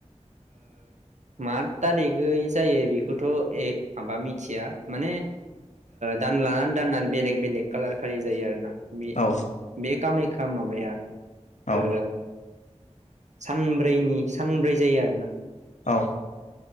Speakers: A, on the right; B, on the left.
A: मा थारिखै जायो बेखौथ' ए माबा मिथिया माने दानलानानै दाननानै बेलेग बेलेग कालार खालि जायो आरो ना बे
B: औ
A: बे खामायखा माबाया
B: औ
A: ओ सानब्रैनि सानब्रै जायो आरो <unintelligible>
B: औ